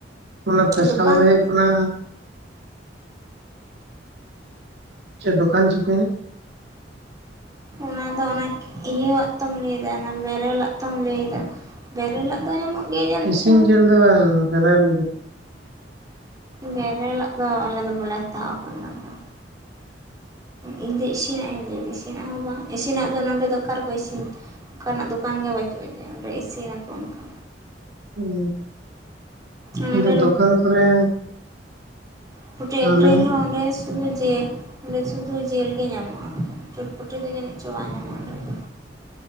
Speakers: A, on the right (about 65°); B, on the right (about 20°).
A: ᱚᱱᱟ
B: ᱫᱚᱠᱟᱱ
A: ᱯᱮᱥᱟᱞ ᱫᱚ ᱦᱩᱭᱩᱜ ᱠᱟᱱᱟ ᱪᱮᱫ ᱫᱚᱠᱟᱱ ᱪᱤᱠᱟᱹᱭᱱᱟ?
B: ᱚᱱᱟ ᱫᱚ ᱚᱱᱟ ᱤᱭᱟᱹᱜ ᱛᱚᱢ ᱞᱟᱹᱭᱫᱟ ᱚᱱᱟ ᱵᱮᱨᱮᱞ ᱟᱜ ᱛᱚᱢ ᱞᱟᱹᱭᱫᱟ? ᱵᱮᱨᱮᱞᱟᱜ ᱫᱚ ᱧᱟᱢᱚᱜ ᱜᱮᱭᱟ ᱡᱟᱹᱱᱤᱡ
A: ᱤᱥᱤᱱ
B: ᱪᱚᱝ
A: ᱡᱮᱞ ᱫᱚ ᱵᱟᱝ ᱵᱮᱨᱮᱞ᱾
B: ᱵᱮᱨᱮᱞᱟᱜ ᱫᱚ ᱟᱞᱮ ᱫᱚ ᱵᱟᱞᱮ ᱦᱟᱛᱟᱣᱼᱟ ᱚᱱᱟ ᱫᱚ᱾ ᱤᱧᱫᱚ ᱤᱥᱤᱱᱟᱜ ᱤᱧ ᱞᱟᱹᱭᱫᱟ ᱤᱥᱤᱱᱟᱜ ᱦᱚᱸ ᱵᱟᱝ ᱤᱥᱤᱱᱟᱜ ᱫᱚ ᱱᱚᱸᱰᱮ ᱫᱚ ᱚᱠᱟᱟᱨ ᱠᱚ ᱤᱥᱤᱱ? ᱚᱱᱠᱟᱱᱟᱜ ᱫᱚᱠᱟᱱ ᱜᱮ ᱵᱟᱹᱪᱩᱜᱼᱟ ᱡᱮ ᱚᱸᱰᱮ ᱤᱥᱤᱱᱟᱠᱚ ᱚᱱᱠᱟ᱾
A: ᱩᱸ
B: ᱱᱚᱰᱮ
A: ᱚᱱᱛᱮ ᱫᱚᱠᱟᱱ ᱠᱚᱨᱮ
B: <unintelligible> ᱟᱠᱷᱨᱤᱧ
A: ᱟᱞᱮ
B: ᱨᱮᱦᱚᱸ ᱚᱸᱰᱮ ᱥᱩᱫᱷᱩ ᱡᱮᱞ ᱚᱸᱰᱮ ᱥᱩᱫᱷᱩ ᱡᱮᱞ ᱜᱮ ᱧᱟᱢᱚᱜᱼᱟ, ᱪᱚᱴ ᱯᱚᱴ ᱫᱚ ᱡᱟᱹᱱᱤᱡ ᱪᱚ ᱵᱟᱝ ᱧᱟᱢᱚᱜᱼᱟ ᱚᱸᱰᱮ ᱫᱚ᱾